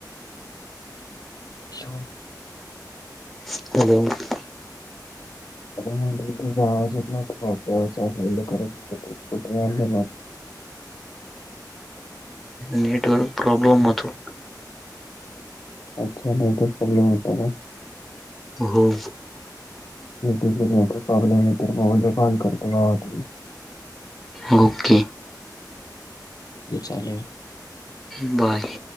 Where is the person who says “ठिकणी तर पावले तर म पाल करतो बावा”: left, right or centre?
Left